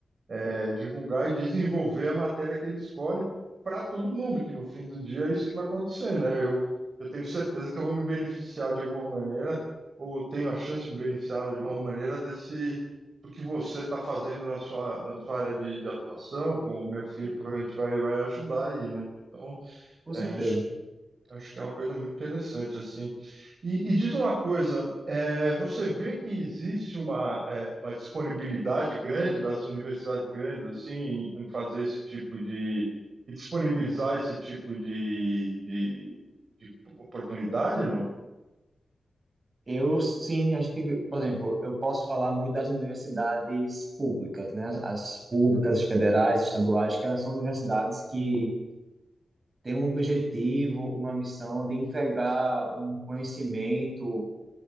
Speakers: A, on the right (about 50°); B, on the right (about 35°).
A: é, divulgar e desenvolver a matéria que ele escolhe para todo mundo, que no fim do dia é isso que vai acontecer, né? Eu, eu tenho certeza que eu vou me beneficiar de alguma maneira, ou tenho a chance de me beneficiar de alguma maneira desse do que você está fazendo na sua, na sua área de, de atuação, como o meu filho provavelmente vai, vai ajudar aí, né? Então,
B: com certeza.
A: é, acho Acho que é uma coisa muito interessante, assim. E, e diz uma coisa, é, você vê que existe uma, é, uma disponibilidade grande das universidades grandes, assim, em, em fazer esse tipo de... e disponibilizar esse tipo de, de, de oportunidade, não?
B: Eu, sim, a gente, por exemplo, eu posso falar muito das universidades públicas, né? As públicas, as federais, estaduais, que elas são universidades que têm um objetivo, uma missão de entregar um conhecimento